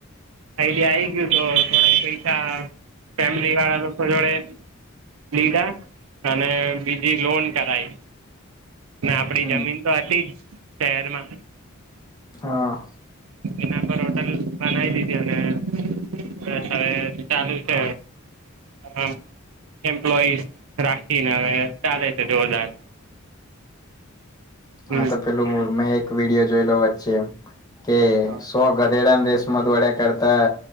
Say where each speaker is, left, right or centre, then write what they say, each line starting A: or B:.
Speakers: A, on the right (about 75°); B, on the left (about 15°).
A: આઈડિયા આ ગયું તો થોડા પૈસા ફેમિલી વાળા લોકો જોડે લીધા. અને બીજી લોન કરાઈ ને આપડી
B: હમ
A: જમીન તો હતી જ શહેરમાં
B: હા.
A: એના પર હોટલ બનાવી દીધી અને બસ હવે ચાલુ છે અ એમ્પ્લોઈસ રાખીને હવે ચાલે છે જોરદાર હમ
B: હા તો પેલું મેં એક વિડીયો જોઈ લો વચ્ચે એમ કે
A: હા
B: સો ગધેડાને રેેશમા દોડ્યા કરતા.